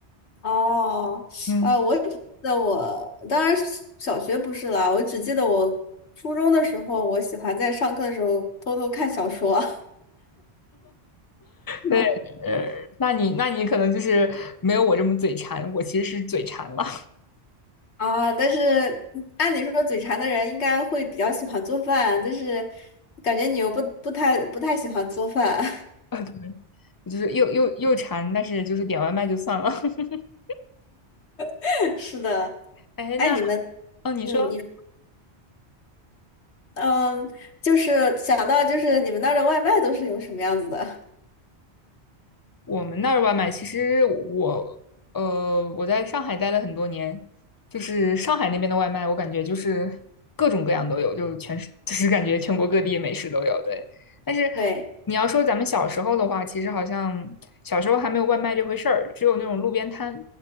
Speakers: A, on the left (about 85°); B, on the left (about 30°).
A: 哦，
B: 嗯，
A: 啊，我只记得我当然是小学不是啦，我只记得我初中的时候，我喜欢在上课的时候偷偷看小说。<laughs> 嗯
B: 对，呃，那你那你可能就是没有我这么嘴馋，我其实是嘴馋了。
A: 啊，但是嗯按理说嘴馋的人应该会比较喜欢做饭，但是感觉你又不不太不太喜欢做饭。
B: <laughs> 就是又又又馋，但是就是点外卖就算了。<laughs>
A: <laughs> 是的，
B: 哎，
A: 哎，
B: 那
A: 你们，
B: 哦，你说
A: 嗯，你，嗯，就是想到就是你们那儿的外卖都是有什么样子的？
B: 我们那儿外卖，其实我呃我在上海待了很多年，就是上海那边的外卖，我感觉就是各种各样都有，就是全是 <laughs> 就是感觉全国各地美食都有，对。
A: <laughs>
B: 但是
A: 对，
B: 你要说咱们小时候的话，其实好像小时候还没有外卖这回事儿，只有那种路边摊，